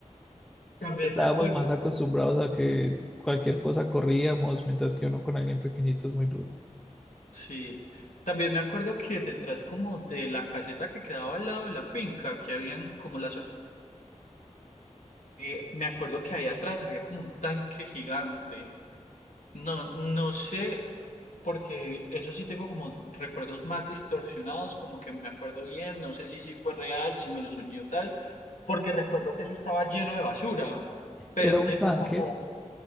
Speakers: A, on the left; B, in the centre.
A: También
B: Estábamos
A: me acuerdo
B: más acostumbrados a que cualquier cosa corríamos, mientras que uno con alguien pequeñito es muy duro.
A: Sí, también me acuerdo que detrás como de la caseta que quedaba al lado de la finca, que habían como la zona, eh, me acuerdo que ahí atrás había como un tanque gigante. No, no sé, porque eso sí tengo como recuerdos más distorsionados, como que me acuerdo bien, no sé si sí fue real, si me lo soñé o tal, porque recuerdo que eso estaba lleno de basura, pero
B: Era un
A: tengo
B: tanque,
A: como